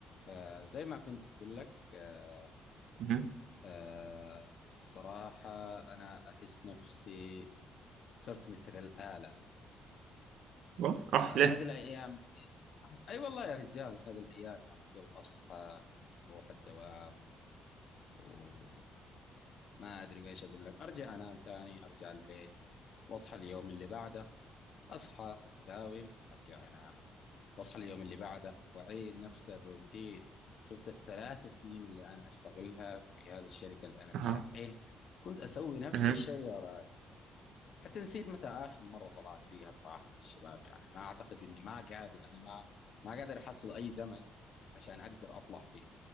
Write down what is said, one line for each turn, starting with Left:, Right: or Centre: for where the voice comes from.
Left: فزي ما كنت أقول لك آه
Right: Mhm.
Left: آه، صراحة أنا أحس نفسي صرت مثل الآلة
Right: What? Ach,
Left: آه، هذه
Right: le.
Left: الأيام أي والله يا رجال هذه الأيام يعني صرت أصحى أروح الدوام وما أدري وإيش أقول لك أرجع أنام ثاني أرجع البيت وأصحى اليوم اللي بعده أصحى أداوم أرجع أنام واصحى اليوم اللي بعده واعيد نفس الروتين شفت الثلاث سنين اللي انا اشتغلها في هذه الشركه اللي انا فيها
Right: Aha.
Left: الحين كنت اسوي نفس
Right: Mhm.
Left: الشيء يا راجل. حتى نسيت متى اخر مره طلعت فيها صراحه مع الشباب يعني ما اعتقد اني ما قادر انا ما ما قادر احصل اي زمن عشان اقدر اطلع فيه